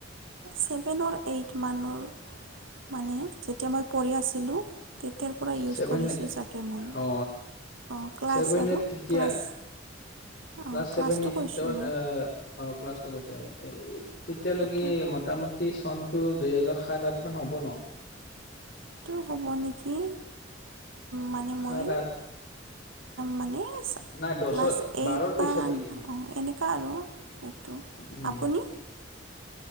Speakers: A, on the right; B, on the left.
A: ছেভেনৰ এইটৰ মানৰ। মানে যেতিয়া মই পঢ়ি আছিলোঁ। তেতিয়াৰ পৰা ইউজ
B: ছেভেন
A: কৰিছোঁ চাগে মই।
B: অ
A: অ' ক্লাছ
B: ছেভেন
A: আৰু
B: তেতিয়া
A: ক্লাছ
B: ক্লাছ
A: অঁ
B: ছেভেন
A: ক্লাছটো
B: এইটত।
A: কৈছোঁ মই
B: অ' ক্লাছটো কৈছা তেতিয়ালৈকে
A: সেইটোতো
B: মোটামুটি। চনতটো দুইহেজাৰ সাত, আঠ মান হ'ব ন।
A: টো হ'ব নেকি মানে
B: সাত
A: মই
B: আঠ
A: মানে
B: নাই দহৰ
A: ক্লাছ
B: বাৰৰ
A: এইট
B: পিছত
A: বা
B: নেকি
A: অ' এনেকুৱা আৰু সেইটো
B: উম
A: আপুনি।